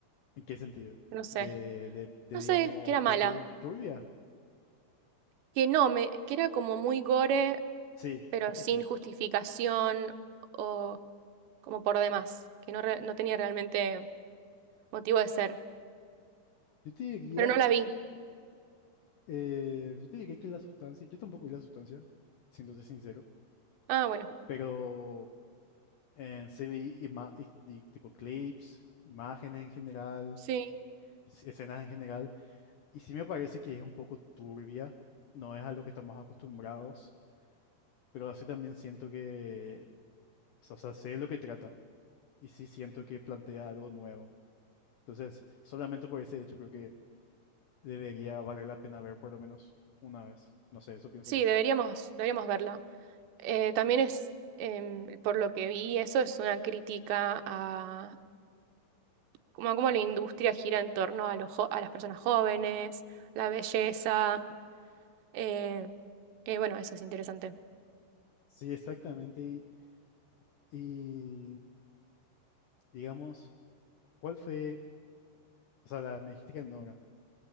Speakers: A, on the left; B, on the right.
A: en qué sentido?
B: No sé.
A: De, de, de,
B: No
A: digamos,
B: sé, que era mala.
A: pertur- turbia.
B: Que no, me, que era como muy gore,
A: Sí,
B: pero
A: eso
B: sin
A: sí.
B: justificación o como por demás. Que no, re- no tenía realmente motivo de ser.
A: Yo te diría,
B: Pero no la vi.
A: eh, yo te diría que La Sustancia, yo tampoco vi La Sustancia, siéndote sincero,
B: Ah, bueno.
A: pero en sí vi ima- y- di- tipo clips, imágenes en general,
B: Sí,
A: s- escenas en general, y sí me parece que es un poco turbia, no es a lo que estamos acostumbrados. Pero así también siento que O sea, sé de lo que trata y sí siento que plantea algo nuevo. Entonces, solamente por ese hecho creo que debería valer la pena ver por lo menos una vez. No sé, eso pienso
B: sí,
A: yo.
B: deberíamos, deberíamos verla. Eh, también es, em, por lo que vi, eso es una crítica a como a cómo la industria gira en torno a, los jo- a las personas jóvenes, la belleza. eh, eh, bueno, eso es interesante.
A: Sí, exactamente. Y, y, digamos, ¿cuál fue? O sea, la, me dijiste que Anora.